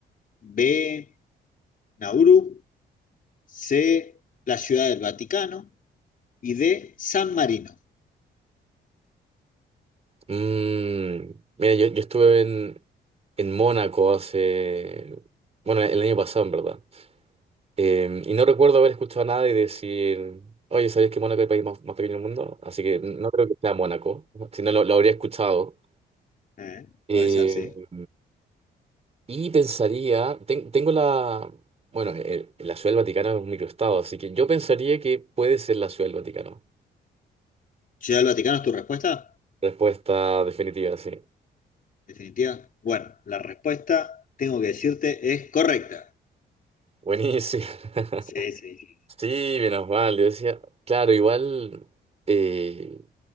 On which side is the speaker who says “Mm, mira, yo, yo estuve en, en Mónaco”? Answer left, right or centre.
Right